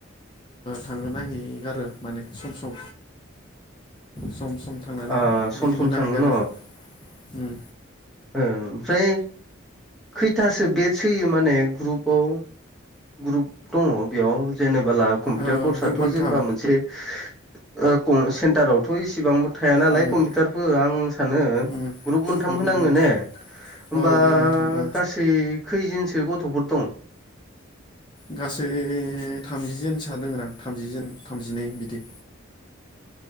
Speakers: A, on the left; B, in the centre.
A: थाङो नाहैगारो माने सम सम सम सम। थांनानै
B: ओ सम
A: बिदिनो
B: सम
A: नायहैगारो
B: थाङो न'
A: उम।
B: ओ ओमफ्राय खैथासो बेटस होयो माने ग्रुपआव? ग्रुप दङ बेयाव जेनेबोला कम्पिउटार
A: ओ
B: कर्सआथ'
A: ग्रुप मोनथाम
B: जेनेबा मोनसे ओ क सेन्टारावथ' इसेबांबो थाया नालाय
A: उम
B: कम्पिउटारबो आं सानो
A: उम
B: ग्रुप मोनथाम
A: उम
B: होनाङो
A: उम उम
B: ने? होमबा
A: औ ग्रुप मोनथाम ओ
B: गासै खैजनसो गथ'फोर दं?
A: गासै थामजिजोनसा दोङोदां थामजिजोन थामजिनै बिदि।